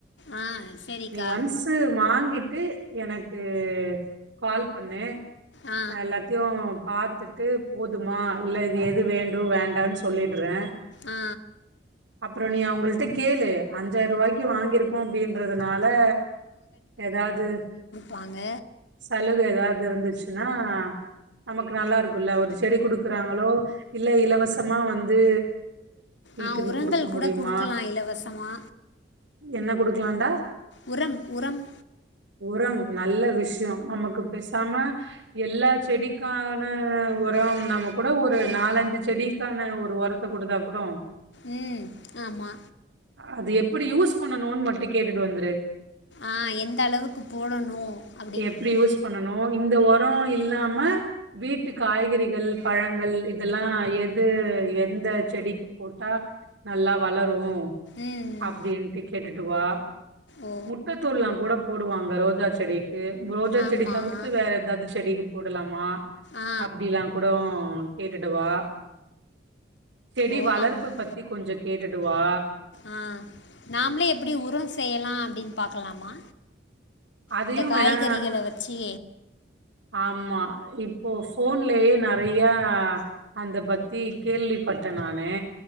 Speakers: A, on the left; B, on the right.
A: ஆ சரிக்கா
B: நீ ஒன்ஸ்சு வாங்கிட் டு எனக்கு கால் பண்ணு
A: ஆ
B: நா எல்லாத்தியு பாத்துட்டு போதுமா இல்ல இது எது வேண்டு வேண்டான்னு சொல்லிட்றே
A: ஆ
B: அப்றோ நீ அவுங்குள்ட கேளு அஞ்சாயிரூவாய்க்கு வாங்கிருக்கோ அப்டின்றதுனால் ல்ல எதாது
A: வாங்க
B: சழுக எதாது இருந்துச்சுன்னா நமக்கு நல்லா இருக்குல்ல ஒரு செடி கொடுக்குறாங்களோ இல்ல இலவசமா வந்து வீட்டுக்கு
A: ஆ உரங்கள்
B: குடுக்க
A: கூட
B: முடியுமா
A: குடுக்கலா இலவசமா
B: என்ன குடுக்கலான்டா
A: உரம் உரம்
B: உரம் நல்ல விஷயம் நமக்கு பேசாம எல்லா செடிக்கான உர நாம கூட ஒரு நாலஞ்சு செடிக்கான ஒரு ஒரத்த குடுத்தா கூட
A: ம் ஆமா
B: அது எப்டி யூஸ் பண்ணணுனு மட்டு கேட்டுட்டு வந்துரு
A: ஆ எந்த அளவுக்கு போடணும் அப்படின்னு
B: எப்டி யூஸ் பண்ணனு இந்த ஒரோ இல்லாம வீட்டு காய்கறிகள் பழங்கள் இதெல்லா எது எந்த செடிக்கு போட்டா நல்லா வளரு
A: ம்
B: அப்டின்ட்டு கேட்டுட்டு டு வா
A: ஓ
B: முட்ட தூள்லா கூட டுவாங்க ரோஜா செடிக் ரோஜா
A: ஆமாம்
B: செடி தவிர்த்து வேற எதாவ்து செடி போடலாமா
A: ஆ
B: அப்டிலா கூடோ கேட்டுட்டுவா செடி
A: ஓ
B: வளர்ப்பு
A: ஆமாம்
B: பத்தி கொஞ்சோ கேட் டுவா
A: ஆ நாமளே எப்டி உரம் செய்யலா அப்டின்னு பாக்கலாமா
B: அதையு
A: இந்த காய்கறிகல
B: வேணா
A: வெச்சி
B: ஆமா இப்போ ஃபோன்லயே நெறயா அந்த பத்தி கேள்விப்பட்ட நானு